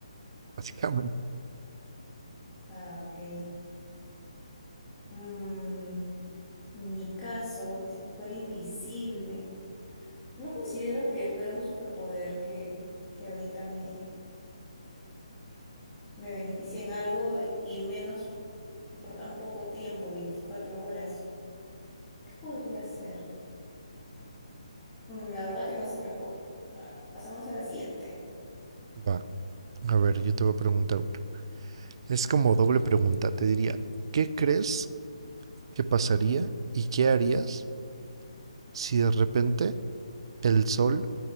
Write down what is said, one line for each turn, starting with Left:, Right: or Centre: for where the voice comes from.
Right: Básicamente.
Left: Ah, ok. Mm, en mi caso, si fuera invisible, no considero que fuera un superpoder que, que ahorita me, me beneficie en algo y menos por tan poco tiempo, 24 horas. ¿Qué podría ser? Mm, la verdad que no se me ocurre. A ver, pasamos a la siguiente.
Right: <laughs> Va. A ver, yo te voy a preguntar una. Es como doble pregunta, te diría, ¿qué crees que pasaría y qué harías si de repente el sol